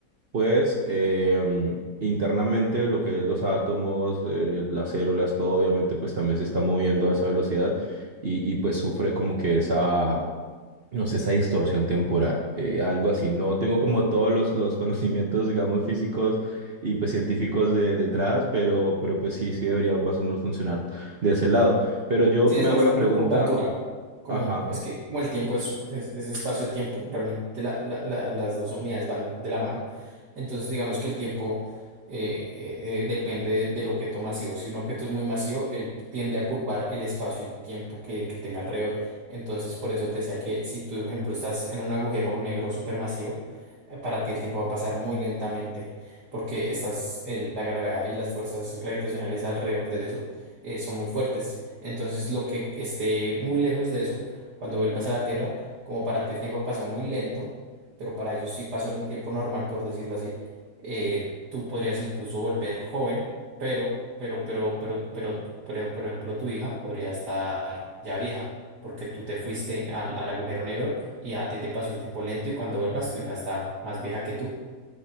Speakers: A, on the right; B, on the right.
A: pues em, internamente lo que es los átomos, eh, las células, todo obviamente pues también se está moviendo a esa velocidad y, y pues sufre como que esa no sé, esa distorsión temporal, eh, algo así. No tengo como todos los, los conocimientos, digamos, físicos y pues científicos de, detrás, pero, pero pues sí, sí debería más o menos funcionar de ese lado. Pero yo
B: Sí,
A: me
B: es
A: hago
B: más
A: la
B: como
A: pregunta,
B: curvatura, como
A: ajá,
B: es que como el tiempo es, es- es espacio-tiempo, realmente la- la- la- las dos unidades van de la mano. Entonces, digamos que el tiempo eh, eh, eh, depende del objeto masivo. Si un objeto es muy masivo, él tiende a curvar el espacio y tiempo que, que tenga alrededor. Entonces, por eso te decía que si tú, por ejemplo, estás en un agujero negro supermasivo, eh, para ti el tiempo va a pasar muy lentamente, porque estás, el- la gravedad y las fuerzas gravitacionales alrededor de eso eh, son muy fuertes. Entonces, lo que esté muy lejos de eso, cuando vuelvas a la Tierra, como para ti el tiempo pasó muy lento, pero para ellos sí pasó el tiempo normal, por decirlo así, eh, tú podrías incluso volver joven, pero, pero, pero, pero, pero, tu- pero, por ejemplo, tu hija podría estar ya vieja, porque tú te fuiste al, al agujero negro y a ti te pasó el tiempo lento y cuando vuelvas tu hija está más vieja que tú.